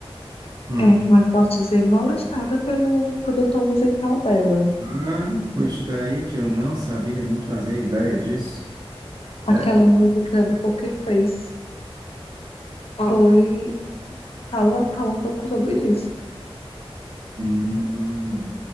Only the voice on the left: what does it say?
é, como é que posso dizer, molestada pelo produtor musical dela.
Aquela
música do Poker Face foi, fala, fala um pouco sobre isso.